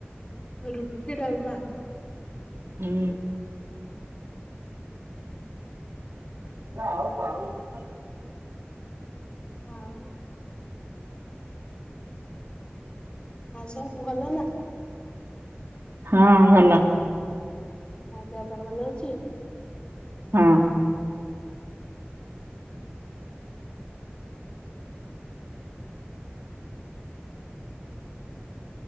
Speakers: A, on the left (about 25°); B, on the right (about 65°).
A: ରୁଟି ଡାଲମା।
B: ହୁଁ। ନା ଆଉ କ <inaudible>
A: <unintelligible> ଆଉ ସବୁ ଭଲ ନା?
B: ହଁ ଭଲ।
A: ହଁ ଦେହ ପା ଭଲ ଅଛି?
B: ହଁ।